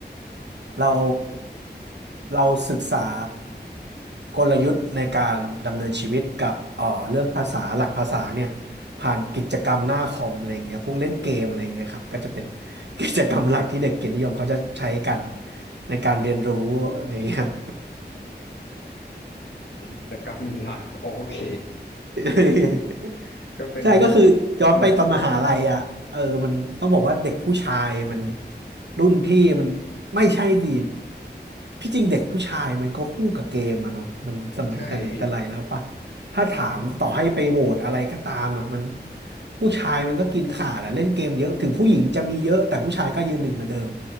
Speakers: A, on the right (about 75°); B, on the left (about 80°).
A: เราเราศึกษากลยุทธ์ในการดำเนินชีวิตกับเอ่อเรื่องภาษาหลักภาษาเนี่ยผ่านกิจกรรมหน้าคอมอะไรเงี้ยพวกเล่นเกมอะไรเงี้ยครับก็จะเป็น <laughs> กิจกรรมหลักที่เด็กเกียรตินิยมเขาจะใช้กันในการเรียนรู้อะไรเงี้ยครับ
B: กิจกรรมหลักโอเค
A: <laughs>
B: ก็เป็นแบบพวกแบบลงดัน
A: ใช่ก็คือย้อนไปตอนมหาลัยอ่ะเออมันต้องบอกว่าเด็กผู้ชายมันรุ่นพี่มันไม่ใช่สิพี่จริงเด็กผู้ชายมันก็คู่กับเกมอะเนาะมันสมัยแต่ไหนแต่ไรแล้วปะ
B: ใช่พี่
A: ถ้าถามต่อให้ไปโหวตอะไรก็ตามอ่ะมัน
B: ใช่
A: ผู้ชายมันก็กินขาดอะเล่นเกมเยอะถึงผู้หญิงจะมีเยอะแต่ผู้ชายก็ยืนหนึ่งเหมือนเดิม